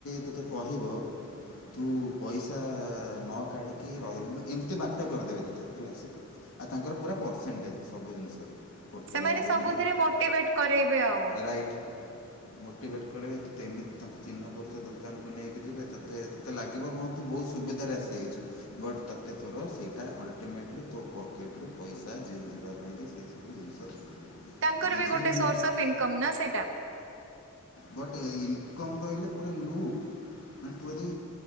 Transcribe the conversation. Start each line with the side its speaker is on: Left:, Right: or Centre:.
Left: ତୋତେ କହିବ ତୁ ପଇସା ନ କାଢିକି ରହିବୁ ଏମିତି ବାଟ କରିଦେବେ ତୋତେ ହେଲା ସେ ଆଉ ତାଙ୍କର ପୁରା ପରସେଣ୍ଟେଜ ସବୁ ଜିନିଷରେ ହୋଟେଲରୁ
Right: ସେମାନେ ସବୁଥିରେ
Left: ନେଇ
Right: ମୋଟିଭେଟ କରରୋଇବେ ଆଉ।
Left: ରାଇଟ୍ ମୋଟିଭେଟ୍ କରେଇବେ ତୋତେ ଏମିତି ତାଙ୍କ ଚିହ୍ନ ପରିଛ ଦୋକାନକୁ ନେଇକି ଯିବେ ତୋତେ ତତେ ଲାଗିବ ହଁ ତୁ ବ ସୁବିଧ ଆସିଯ ବଟ ତତେ ତୋର ସେଇଟା ଅଲଟିମେଟଲି ତୋ ପକେଟୁ ପଇସା ଁ ହଁ ବା ଆଙ୍କଞି ସେଇସବୁ ଜିନିଷ
Right: ତାଙ୍କର
Left: ଜିନିଷ
Right: ବି ଗୋଟେ
Left: ମୁ
Right: ସୋର୍ସ ଅଫ୍ ଇନକମ ନା ସେଇଟା।
Left: ବଟ ଇନକମ୍ କହିଲେ ପୁରା ଲୁଟ ମାନେ ତୋରି